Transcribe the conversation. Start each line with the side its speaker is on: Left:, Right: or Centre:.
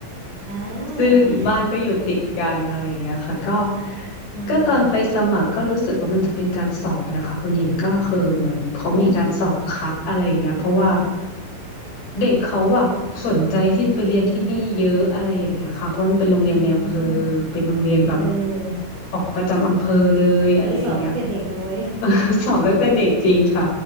Right: อ่
Left: ซึ่งบ้านก็อยู่ติดกันอะไรอย่างเงี้ยค่ะก็
Right: า <laughs> อืมอืม
Left: ก็ตอนไปสมัครก็รู้สึกว่ามันจะเป็นการสอบนะคะคุณหญิงก็คือเหมือนเขามีการสอบคัดอะไรอย่างเงี้ยเพราะว่า
Right: โอ้
Left: เด็กเขาแบบสนใจที่ไปเรียนที่นี่เยอะอะไรอย่างเงี้ยค่ะเพราะมันเป็นโรงเรียนในอำเภอ
Right: อืม
Left: เป็นโรงเรียนแบบ
Right: เออ
Left: ของประจำอำเภอเลยอะไรอย่างเงี้ยค่ะ
Right: เฮ้ยสอบตั้งแต่เด็กเลยเว้ย
Left: <laughs> เออ <laughs> สอบตั้งแต่เด็กจริงค่ะ